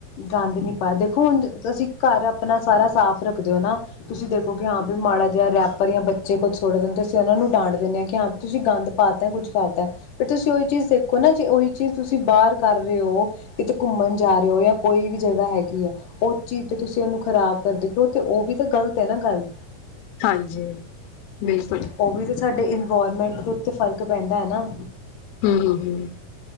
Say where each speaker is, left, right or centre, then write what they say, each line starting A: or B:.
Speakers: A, on the left; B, on the left.
A: ਗੰਦ ਨੀ ਪਾਇਆ, ਦੇਖੋ ਹੁਣ ਤੁਸੀਂ ਘਰ ਆਪਣਾ ਸਾਰਾ ਸਾਫ਼ ਰੱਖ ਦੇ ਹੋ ਨਾ ਤੁਸੀਂ ਦੇਖੋ, ਕਿ ਹਾਂ ਵੀ ਮਾੜਾ ਜਿਹਾ ਰੈਪ ਪਰ ਜਾਂ ਬੱਚੇ ਕੁਝ ਸੁੱਟ ਦਿੰਦੇ ਤੇ ਅਸੀਂ ਉਹਨਾਂ ਨੂੰ ਡਾਂਟ ਦਿੰਦੇ ਹਾਂ ਕਿ ਹਾਂ ਤੁਸੀਂ ਗੰਦ ਪਾਤਾ ਤੇ ਕੁਛ ਕਰਤਾ ਤੇ ਫੇਰ ਤੁਸੀਂ ਉਹੀ ਚੀਜ਼ ਦੇਖੋ ਨਾ ਜੇ ਉਹੀ ਚੀਜ਼ ਤੁਸੀਂ ਬਾਹਰ ਕਰ ਰਹੇ ਹੋ, ਕਿਤੇ ਘੁੰਮਣ ਜਾ ਰਹੇ ਹੋ ਜਾਂ ਕੋਈ ਵੀ ਜਗ੍ਹਾ ਹੈਗੀ ਹੈ ਉਹ ਚੀਜ਼ ਤੇ ਤੁਸੀਂ ਉਹਨੂੰ ਖ਼ਰਾਬ ਕਰਦੇ ਪਓ ਤੇ ਉਹ ਵੀ ਤੇ ਗ਼ਲਤ ਆ ਨਾ ਗੱਲ,
B: ਹਾਂਜੀ ਬਿਲਕੁਲ
A: ਉਹ ਵੀ ਤੇ ਸਾਡੇ ਇਨਵਾਇਰਮੈਂਟ ਉੱਥੇ ਫ਼ਰਕ ਪੈਂਦਾ ਐ ਨਾ
B: ਹੂੰ-ਹੂੰ, ਹੂੰ